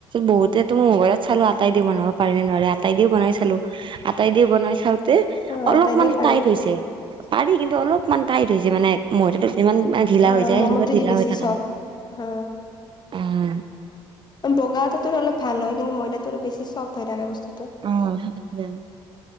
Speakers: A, on the right (about 40°); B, on the left (about 35°).
A: বহুতে ত মই মোবাইলত চালো আটাই দি বনাব পাৰে নোৱাৰে আটাই দি বনাই চালো। আটাই দি বনাই চাওঁতে
B: অ',
A: অলপমান
B: আটাই দিব পাৰি
A: টাইট হৈছে। পাৰি কিন্তু অলপমান টাইট হৈছে মানে মইটো যিমান মানে ঢিলা
B: অঁ'
A: হৈ যায়
B: মমটোদি
A: সেনেকুৱা ঢিলা
B: বেছি
A: হৈ থকা
B: চাও
A: নাই।
B: হা
A: উম।
B: বগা এটা তো অলপ ভাল হয় কিন্তু ময়দাটো বেছি চফ্ট হয় থাকে বস্তুটো
A: অ স কি যানা?